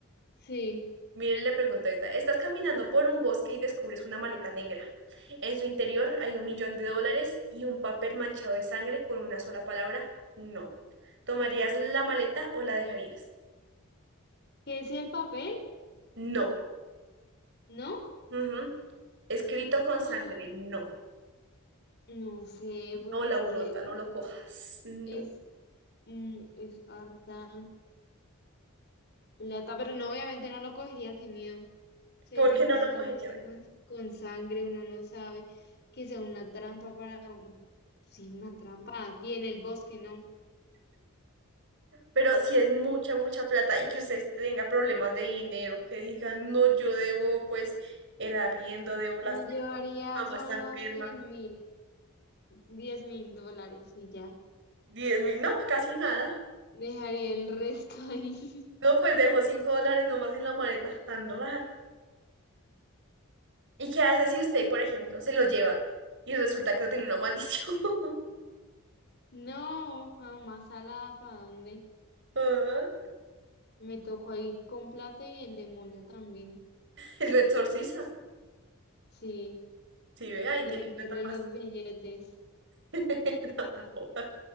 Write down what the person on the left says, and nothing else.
Sí.
¿Qué decía el papel?
¿No? <gasps>
Ah,
no sé, porque
es que
Es, mm, es harta plata, pero no, obviamente no lo cogería, qué miedo. Se
dice,
si
está
manchado
con, con sangre, uno no sabe que sea una trampa para un... Sí, una trampa aquí en el bosque, no.
Me
llevaría
solo
cien mil, diez mil dólares y ya.
Dejaría el resto ahí. <laughs>
No, jamás a la para dónde.
Me tocó ahí con plata y el demonio también.
Sí,
devolverle
los billetes.